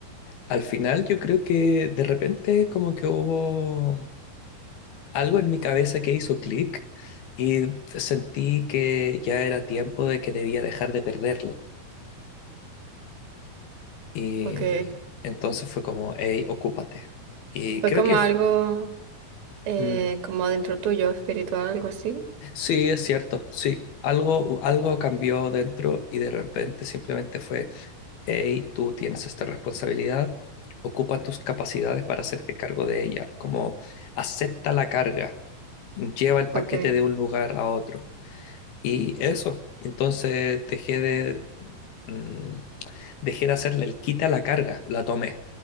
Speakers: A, on the left; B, on the right.
A: Al final yo creo que de repente como que hubo algo en mi cabeza que hizo clic y sentí que ya era tiempo de que debía dejar de perderlo. Y
B: Ok.
A: entonces fue como, hey, ocúpate. Y
B: Fue
A: creo
B: como
A: que
B: algo eh,
A: mm,
B: como dentro tuyo, espiritual, algo así.
A: sí, es cierto, sí. Algo, algo cambió dentro y de repente simplemente fue hey, tú tienes esta responsabilidad, ocupa tus capacidades para hacerte cargo de ella, como acepta la carga, lleva el paquete
B: Ok.
A: de un lugar a otro. Y eso, entonces dejé de, mm, dejé de hacerle el quita a la carga, la tomé,